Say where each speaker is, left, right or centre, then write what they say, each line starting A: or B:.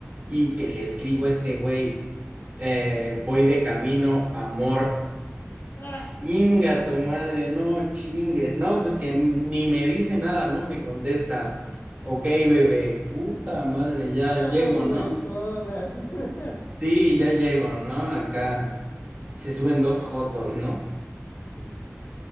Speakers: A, on the right (about 30°); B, on the left (about 50°).
A: y que le escribo a este güey, eh, voy de camino, amor,
B: ¡Ah!
A: Inga tu madre, no chingues. No, pues que ni me dice nada, no me contesta.
B: Ajá.
A: Ok, bebé, puta madre, ya
B: No
A: llego, ¿no?
B: me jodas.
A: Sí,
B: <laughs>
A: ya llego, ¿no? Acá
B: Ajá,
A: se suben dos jotos, ¿no?
B: sí.